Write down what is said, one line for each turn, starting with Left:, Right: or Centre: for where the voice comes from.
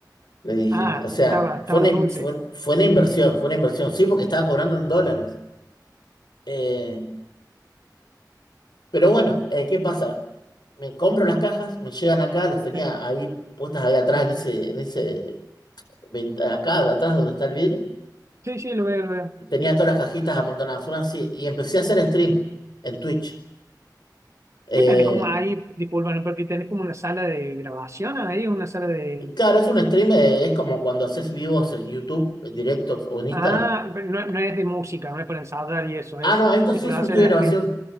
Left: Le dije,
Right: ah,
Left: o sea,
Right: estaba, estaba
Left: fue una, in-
Right: dulce.
Left: fue, fue una inversión, fue una inversión, sí, porque estaba cobrando en dólares. Eh, pero bueno, eh, ¿qué pasa? Me compro las cajas, me llegan acá, las tenía
Right: Sí,
Left: ahí puestas ahí atrás, en ese, en ese, vent- acá, de atrás donde está el vidrio.
Right: sí, sí, lo veo, lo veo.
Left: Y tenía todas las cajitas amontonadas, una así, y empecé a hacer stream en Twitch. Eh,
Right: ¿Qué tenés como ahí, disculpa, ¿no? porque tenés como una sala de grabación ahí, una sala de
Left: Claro, es un stream, eh, es como cuando haces vivos en YouTube, en directos o en Instagram.
Right: Ah, pero no, no es de música, no es para ensayar y eso,
Left: Ah,
Right: es,
Left: no, esto sí
Right: es para
Left: es un
Right: hacer
Left: estudio de grabación.
Right: stream.